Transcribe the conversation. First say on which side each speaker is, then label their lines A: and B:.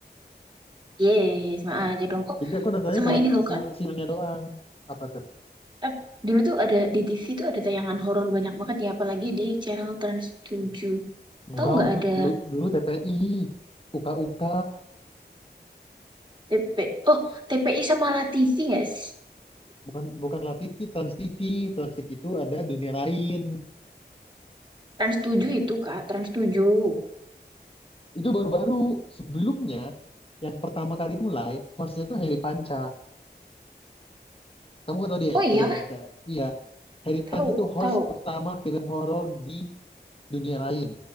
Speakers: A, on the right; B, on the left.
A: Yes, sama aja dong. Oh,
B: Jadi aku nontonnya
A: sama
B: cuma
A: ini loh,
B: siang-siangnya
A: Kak.
B: doang. Apa tuh?
A: Ap- Dulu tuh ada di TV tuh ada tayangan horor banyak banget ya, apalagi di channel Trans 7.
B: Enggak
A: Tahu nggak
B: dulu
A: ada
B: dulu, dulu TPI, UKUK,
A: TP? Oh, TPI sama La TV nggak sih?
B: bukan bukan La TV, Trans TV. Trans TV itu ada dunia lain.
A: Trans 7 itu, Kak. Trans 7.
B: Itu baru-baru sebelumnya yang pertama kali mulai hostnya tuh Heri Panca. Kamu nggak tahu dia
A: Oh
B: ya,
A: iya,
B: Harry
A: kah?
B: Panca? Iya. Harry
A: tahu,
B: Panca itu host
A: tahu.
B: pertama film horor di dunia lain.